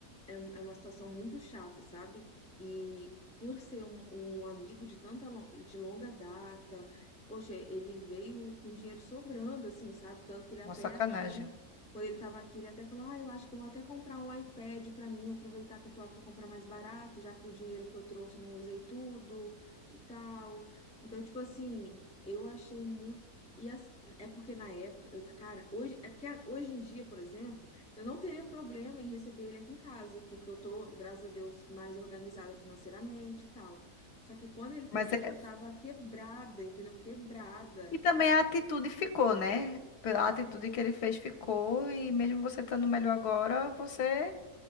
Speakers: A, in the centre; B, on the left.
A: é, um- é uma situação muito chata, sabe? E por ser um, um amigo de tanta lo- de longa data, poxa, ele veio com dinheiro sobrando, assim, sabe? Tanto que ele até
B: Uma sacanagem.
A: aqui, quando ele estava aqui, ele até falou: Ah, eu acho que eu vou até comprar um iPad para mim, aproveitar que eu tô aqui e comprar mais barato, já que o dinheiro que eu trouxe não usei tudo e tal. Então, tipo assim, eu achei muito. E as- é porque na época, eu, ta- cara, hoje, é porque hoje em dia, por exemplo. Eu não teria problema em receber ele aqui em casa, porque eu tô, graças a Deus, mais organizada financeiramente e tal. Só que quando ele esteve
B: Mas
A: aqui,
B: é.
A: eu tava quebrada, entendeu? Quebrada.
B: E também a atitude ficou, né? Pela atitude que ele fez ficou e mesmo você estando melhor agora, você